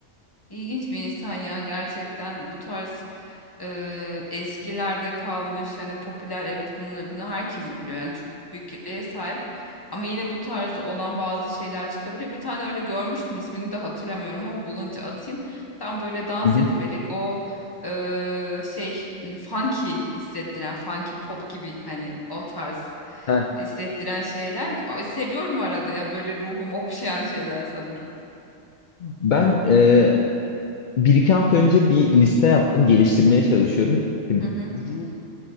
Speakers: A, on the left (about 20°); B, on the left (about 65°).
A: İlginç bir insan ya gerçekten bu tarz e, eskilerde kalmış hani popüler evet bunu bunu herkes biliyor yani çok büyük kitleye sahip ama yine bu tarzda olan bazı şeyler çıkabiliyor. Bir tane öyle görmüştüm ismini de hatırlamıyorum ama bulunca atayım. Tam böyle dans
B: Hı hı.
A: etmelik o e, şey m, funky hissettiren funky pop gibi hani o tarz
B: Heh.
A: hissettiren şeyler. Ay, Seviyorum arada ya böyle ruhumu okşayan şeyler sanki.
B: Ben e, Bir iki hafta önce bir liste yaptım. Geliştirmeye çalışıyorum. İşte
A: Hı
B: bu
A: hı.
B: groove